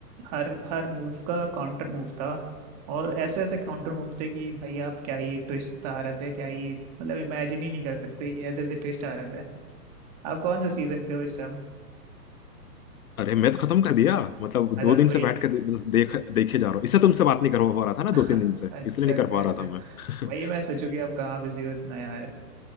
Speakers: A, on the right; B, on the left.
A: हर हर मूव का काउंटर मूव था और ऐसे ऐसे काउंटर मूव थे कि भाई आप क्या ही ट्विस्ट आ रहे थे क्या ही मतलब इमेजिन ही नहीं कर सकते ये ऐसे ऐसे ट्विस्ट आ रहे थे आप कौन से सीजन पे हो इस टाइम
B: अरे मैं तो खत्म कर दिया मतलब
A: अच्छा
B: दो दिन
A: पूरी
B: से बैठ के दे- बस देख देखे जा रहा हूँ इससे तुमसे बात नहीं कर पा रहा था ना
A: <laughs>
B: दो तीन दिन से
A: अच्छा
B: इसलिए नहीं
A: अच्छा
B: कर पा
A: अच्छा
B: रहा था मैं <laughs>
A: वही मैं सोचू कि आप कहाँ बिजी हो इतना यार